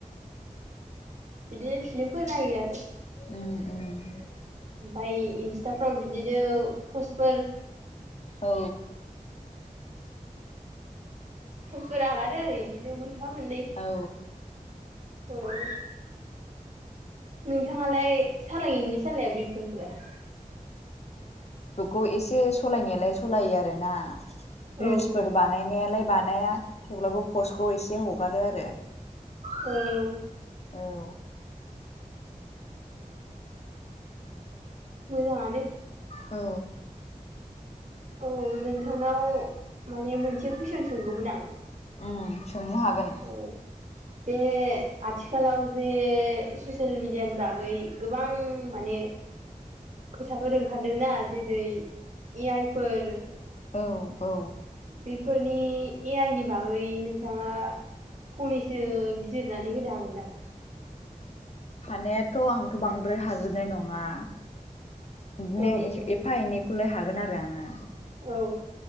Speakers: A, on the right (about 55°); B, on the left (about 50°).
A: बिदि फिलिमफोर नायो आरो।
B: उम उम।
A: ओमफाय इन्स्टाफ्राव बिदिनो पस्टफोर
B: औ।
A: फथ'फोर आगारो आरो इदिनो मोनफा मोननै
B: औ
A: उम। नोंथाङालाय सालायनि सालाया बिफोरखौलाय?
B: खौ एसे सलायनायालाय सलायो आरोना रिलस
A: औ औ
B: फोर बानायनायालाय बानाया थेवब्लाबो पसखौ एसे हगारो आरो
A: औ।
B: औ।
A: मोजाङानो।
B: औ।
A: औ नोंथांनाव माने मोनसे कुइसन सोंगौमोन आं।
B: उम सोंनो हागोन।
A: औ बे आथिखालाव जे ससियेल मिडियानि बागै गोबां मा माने खोथाफोर ओंखारदोंना जेरै ए आइफोर
B: औ औ
A: बेफोरनि ए आइ नि बागै नोंथाङा फंनैसो बिजिरनानै होनो हागोन नामा?
B: हानायाथ' आंथ' बांद्राय हाजोबनाय नङा। बिदिनो
A: औ औ
B: एफा एनैखौलाय हागोन आरो आङो।
A: औ